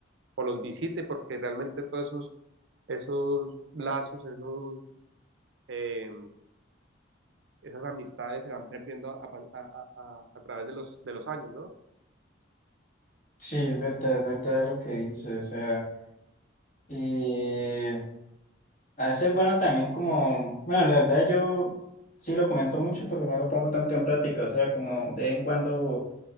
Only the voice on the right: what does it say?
o los visite, porque realmente todos esos, esos lazos, esos, eh, esas amistades se van perdiendo a, pa- a- a- a- a través de los, de los años, ¿no?